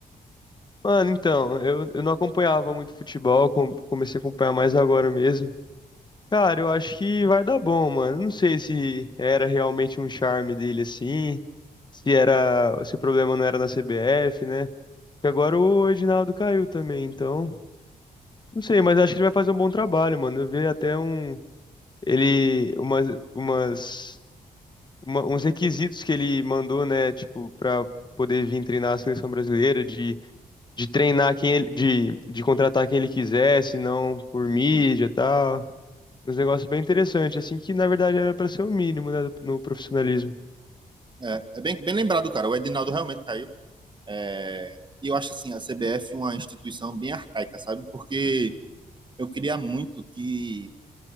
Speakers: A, on the left (about 30°); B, on the right (about 30°).
A: Mano, então, eu, eu não acompanhava muito futebol, com- comecei a acompanhar mais agora mesmo. Cara, eu acho que vai dar bom, mano. Não sei se era realmente um charme dele assim, se era, se o problema não era na CBF, né? Porque agora o Edinaldo caiu também, então, não sei, mas acho que ele vai fazer um bom trabalho, mano. Eu vi até um ele umas umas uma- uns requisitos que ele mandou, né, tipo, para poder vir treinar a seleção brasileira, de, de treinar quem ele, de, de contratar quem ele quisesse, não por
B: Sim,
A: mídia
B: sim.
A: e tal. Uns negócios bem interessantes, assim, que na verdade era para ser o mínimo, né, no profissionalismo.
B: É, é bem, bem lembrado, cara. O Edinaldo realmente caiu. É, e eu acho assim, a CBF uma instituição bem arcaica, sabe? Porque eu queria muito que